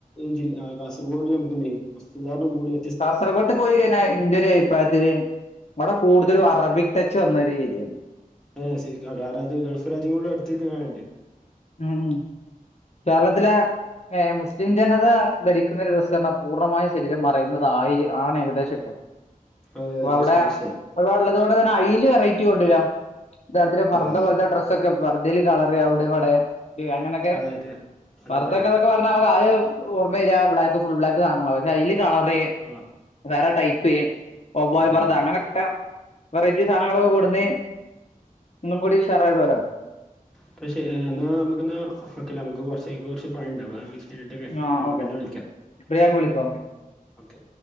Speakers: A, in the centre; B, on the left.
A: ജില്ല ആ കാസർകോഡിൽ നമുക്ക്ന്തയും വസ്ത്രധാരണ ഒന്നുംകൂടി
B: കാസർകോട്ട് പോയി കഴിഞ്ഞാൽ എന്റെ ഒരു അഭിപ്രായത്തില് ഇവടെ കൂടുതലും അറബിക് ടച്ച് വന്നൊരു ഏരിയാണ്
A: അതെ ശരിക്കും കാരണം അത് ഗൾഫ് രാജ്യങ്ങളുടെ അടുത്തിരിക്ക്ണോണ്ട്
B: ഉം കേരളത്തിലെ ഏഹ് മുസ്ലിം ജനത ഭരിക്കുന്ന ഒര് ദിവസാണ് പൂർണ്ണമായ ശരീരം മറയുന്നുന്നതായി ആണ് ഏകദേശൊക്കെ
A: അതെ
B: അപ്പ
A: അതെ തീർച്ചയായും
B: അവിടെ
A: തീർച്ചയായും
B: ഉള്ളത് കൊണ്ട് തന്നെ അയിൽ വെറൈറ്റി കൊണ്ടരാ ഇതാത്രേ പർദ്ദ
A: അതെ അതെ
B: പോലത്തെ ഡ്രസൊക്കെ പർദേല് കളറ് അവിടെ ഇവിടേം ഈ അങ്ങനെ ക്കെ
A: അതെ അതെ അതെ
B: പർതാന്നോക്കൊ
A: അതെ അതെ അതെ
B: പറഞ്ഞാൽ ആദ്യം ഓർമ്മ വരിക ബ്ലാക്ക് ഫുൾ ബ്ലാക്ക് സാധനങ്ങളാ അയില് കളറ്
A: ആഹ്
B: വേറെ ടൈപ്പ് വവ്വാൽ
A: അതെ
B: പർദ്ദ
A: അതെ അതെ
B: അങ്ങനൊക്കെ വെറൈറ്റി സാധനങ്ങളൊക്കെ കൊടുന്ന് ഒന്നും കൂടി ഉഷാറാകുവോലോ
A: അപഷെരി എന്നാൽ നമുകന്നാ വെക്കല്ലെ നമുക്ക് കുറച്ചേക്ക് കുറച്ച് പണി ഇണ്ട ചെയിതിട്ടൊക്കെ
B: ആ
A: നമുക്ക്
B: ഓക്കെ
A: പിന്നെ വിളിക്കാം
B: ഇപ്പൊ ഞാൻ വിളിക്കാം ഓക്കെ
A: ഓക്കെ